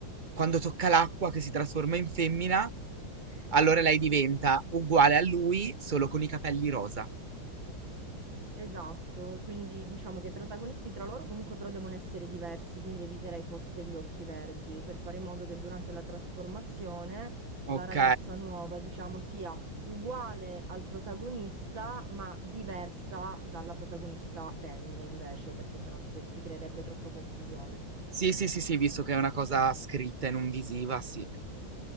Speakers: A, on the right (about 50°); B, on the right (about 70°).
A: Quando tocca l'acqua che si trasforma in femmina, allora lei diventa uguale a lui, solo con i capelli rosa.
B: Esatto, quindi diciamo che i protagonisti tra loro comunque però devono essere diversi, quindi eviterei forse gli occhi verdi per fare in modo che durante la trasformazione
A: Ok.
B: la ragazza nuova, diciamo, sia uguale al protagonista, ma diversa dalla protagonista femmina invece, perché sennò si, cre- si creerebbe troppa confusione.
A: Sì, sì, sì, sì, visto che è una cosa scritta e non visiva, sì. Eh,